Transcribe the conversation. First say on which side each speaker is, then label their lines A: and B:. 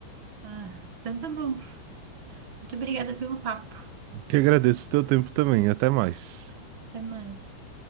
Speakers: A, on the right; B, on the right.
A: Ah, então tá bom. Muito obrigada pelo papo.
B: Que agradeço o teu tempo também. Até mais.
A: Até mais.